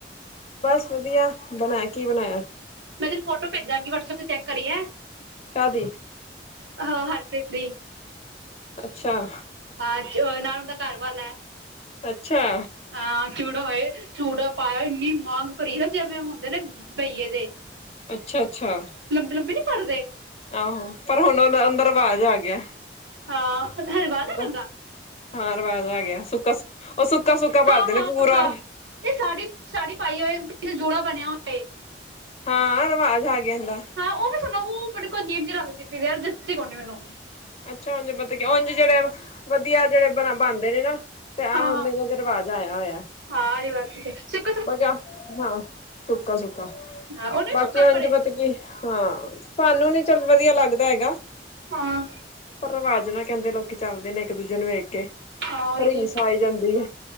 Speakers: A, on the left; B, on the right.
A: ਬਸ ਵਧੀਆ ਬਣਾਇਆ ਕੀ ਬਣਾਇਆ।
B: ਮੈਂ ਤਤਨੂੰ ਫੋਟੋ ਭੇਜਾਂਗੀ ਵਟਸਐਪ ਤੇ ਚੈੱਕ ਕਰੀ ਐ।
A: ਕਾਦੀ
B: ਹਾ ਹਰਪ੍ਰੀਤ ਦੀ
A: ਅੱਛਾ
B: ਹਾਂ ਨਾਲ ਉਹਦਾ ਘਰਵਾਲਾ ਹੈ।
A: ਅੱਛਾ।
B: ਹਾ ਚੂੜਾ ਹੋਏ ਚੂੜਾ ਪਾਇਆ ਇੰਨੀ ਮੰਗ ਭਰੀ ਨਾ ਜਿਵੇਂ ਹੁੰਦੇ ਨੇ ਬਹੀਏ ਦੇ।
A: ਅੱਛਾ ਅੱਛਾ।
B: ਲੰਬੀ ਲੰਬੀ ਨੀ ਭਰਦੇ।
A: ਆਹੋ ਪਰ ਹੁਣ ਉਹਦਾ ਅੰਦਰ ਰਿਵਾਜ਼ ਆ ਗਿਆ।
B: ਹਾਂ ਰਿਵਾਜ
A: ਉਹਦਾ
B: ਆ ਤਾਡਾ।
A: ਹਾਂ ਰਿਵਾਜ਼ ਆ ਗਿਆ ਸੁੱਕਾ ਉਹ ਸੁੱਕਾ ਸੁੱਕਾ
B: ਹਾਂ
A: ਭਰਦੇ ਨੇ
B: ਹਾਂ
A: ਪੂਰਾ
B: ਹਾਂ ਇਹ ਸਾੜੀ ਸਾੜੀ ਪਾਈ ਹੋਏ ਪਿੱਛੇ ਜੂੜਾ ਬਣਿਆ ਹੋਏ।
A: ਹਾਂ ਰਿਵਾਜ਼ ਆ ਗਿਆ ਇਦਾ।
B: ਹਾ ਉਹ ਵੀ ਸੋਣਾ ਉਹ ਤੁਹਾਡੇ ਕੋਲ ਅਜੀਬ ਜੀ ਲਗਦੀ ਪਈ ਜਿਸ ਚ ਕੋਨੋ ਮੈਨੂੰ।
A: ਅੱਛਾ ਉਝ ਮਤਲਬ ਕੀ ਉੰਜ ਜਿਹੜੇ ਵਧੀਆ ਜਿਹੜੇ ਬ ਬਣਦੇ ਨੇ ਨਾ ਤੇ ਆਹ
B: ਹਾਂ
A: ਉਨੇ
B: ਹਾਂ
A: ਦਾ ਰਿਵਾਜ ਆਇਆ ਹੋਇਆ
B: ਹਾਂ ਇਹ ਗੱਲ <unintelligible>
A: ਬਗ ਹਾਂ ਸੁੱਕ ਸੁੱਕ
B: ਹਾਂ, ਉਹਨੇ ਵੀ
A: ਬਾਕੀ
B: ਸੁੱਕਾ
A: ਅੰਜਮਤ
B: ਪੜੇ
A: ਕੀ ਹਾਂ ਸਾਨੂੰ ਨੀ ਚੱਲ ਵਧੀਆ ਲੱਗਦਾ ਹੈਗਾ।
B: ਹਾਂ।
A: ਪਰ ਰਿਵਾਜ਼ ਨਾ ਕਹਿੰਦੇ ਲੋਕੀ ਚੱਲਦੇ ਨੇ ਇੱਕ ਦੂਜੇ ਨੂੰ ਵੇਖ ਕੇ
B: ਹਾਂ ਉਹੀ
A: ਰੀਸ
B: ਤੇ
A: ਆਈ ਜਾਂਦੀ ਹੈ